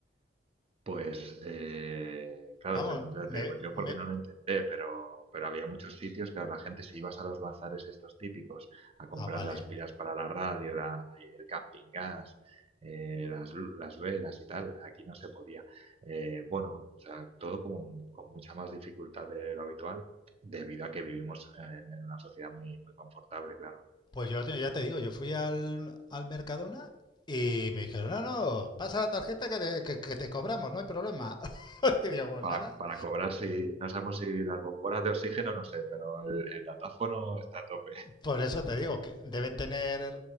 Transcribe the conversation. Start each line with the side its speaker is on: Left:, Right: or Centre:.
Right: Pues, eh, claro,
Left: Vamos,
Right: yo, yo
Left: me,
Right: te digo, yo
Left: me...
Right: porque no lo intenté, pero, pero había muchos sitios, claro, la gente si ibas a los bazares estos típicos a comprar
Left: Ah, vale.
Right: las pilas para la radio, la- el camping gas, eh, las, lu- las velas y tal, aquí no se podía. Eh, bueno, o sea, todo como con mucha más dificultad de lo habitual, debido a que vivimos en, en una sociedad muy, muy confortable, claro.
Left: Pues yo te- ya te digo, yo fui al, al Mercadona y me dijeron, no, no, pasa la tarjeta que te, que- que te cobramos, no hay problema. <laughs> Y digo, pues
Right: Para,
Left: nada.
Right: para cobrar, si, no sabemos si las bombonas de oxígeno, no sé, pero el, el datáfono está a tope.
Left: Por eso te digo, que deben tener